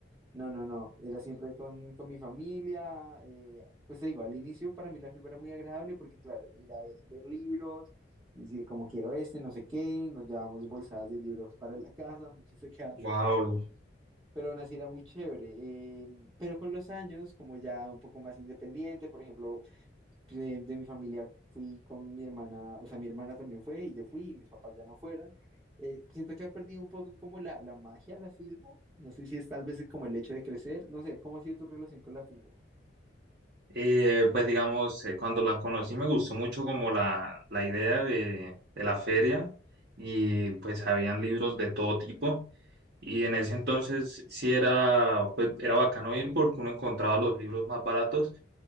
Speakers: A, on the right; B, on the right.
A: No, no, no, era siempre con, con mi familia. eh, pues te digo, al inicio para mí la selva era muy agradable porque claro, ir a eh, ver libros, decir como quiero este, no sé qué, nos llevábamos bolsadas de libros para la casa, muchos se quedaban
B: Wow.
A: sin leer. Pero aún así era muy chévere. eh, pero con los años, como ya un poco más independiente, por ejemplo, de, de mi familia fui con mi hermana, o sea, mi hermana también fue y yo fui y mis papás ya no fueron. Eh, siento que ha perdido un poco como la, la magia la Filbo. No sé si es tal vez como el hecho de crecer. No sé, ¿cómo ha sido tu relación con la Filbo?
B: Eh, pues digamos, eh, cuando la conocí me gustó mucho como la, la idea de, de la feria y pues habían libros de todo tipo y en ese entonces sí era, pues, era bacano ir porque uno encontraba los libros más baratos